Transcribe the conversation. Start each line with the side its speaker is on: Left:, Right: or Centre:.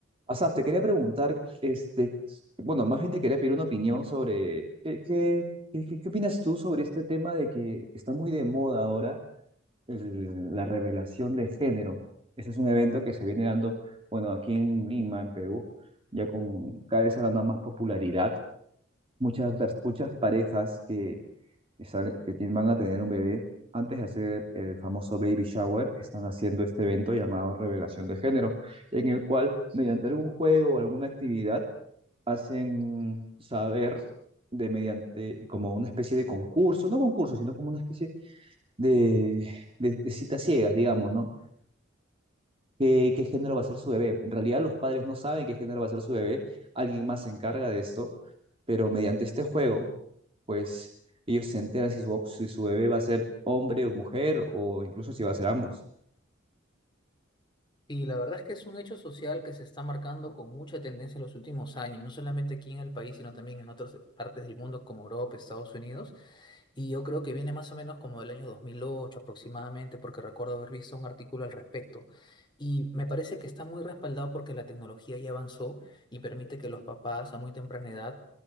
Right: Asaf, te quería preguntar, este, bueno, más bien te quería pedir una opinión sobre qué, qué, qué, qué- qué opinas tú sobre este tema de que está muy de moda ahora el- la revelación de género. Ese es un evento que se viene dando, bueno, aquí en Lima, en Perú, ya con cada vez ha ganado más popularidad. Muchas, muchas parejas que que, sale- que ti- van a tener un bebé, antes de hacer el famoso baby shower, están haciendo este evento llamado Revelación de Género, en el cual mediante algún juego o alguna actividad hacen saber de mediante como una especie de concurso, no concurso, sino como una especie de, de, de citas ciegas, digamos, ¿no? qué, qué género va a ser su bebé. En realidad los padres no saben qué género va a ser su bebé, alguien más se encarga de esto, pero mediante este juego, pues ellos se enteran si su, si su bebé va a ser hombre o mujer o incluso si va a ser ambos.
Left: Y la verdad es que es un hecho social que se está marcando con mucha tendencia en los últimos años, no solamente aquí en el país, sino también en otras partes del mundo como Europa, Estados Unidos. Y yo creo que viene más o menos como del año 2008 aproximadamente, porque recuerdo haber visto un artículo al respecto. Y me parece que está muy respaldado porque la tecnología ya avanzó y permite que los papás a muy temprana edad,